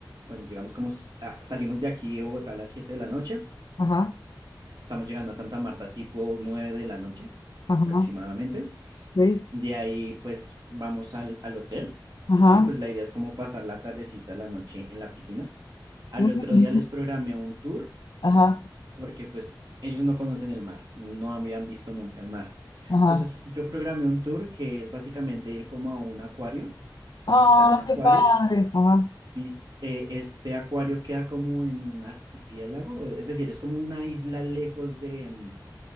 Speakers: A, on the right (about 60°); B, on the left (about 65°).
A: bueno, llegamos como, s- ah, salimos de aquí de Bogotá a las 7 de la noche.
B: Ajá,
A: Estamos llegando a Santa Marta tipo 9 de la noche
B: ajá,
A: aproximadamente.
B: sí,
A: De ahí pues vamos al, al hotel
B: ajá,
A: y pues la idea es como pasar la tardecita, la noche en la piscina. Al
B: ujú,
A: otro día les programé un tour
B: ajá,
A: porque pues ellos no conocen el mar, no habían visto nunca el mar.
B: ajá.
A: Entonces yo programé un tour que es básicamente ir como a un acuario, visitar
B: ¡Ah,
A: un acuario.
B: qué padre! Ajá,
A: Vis- eh, este acuario queda como en un archipiélago, es decir, es como una isla lejos de, mm,